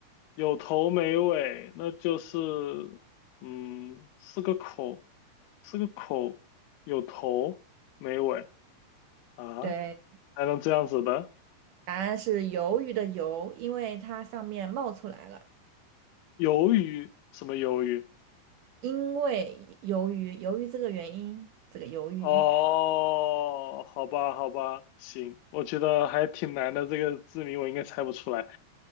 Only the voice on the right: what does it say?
对，
答案是鱿鱼的鱿，因为它上面冒出来了，
因为鱿鱼，鱿鱼这个原因，这个鱿鱼。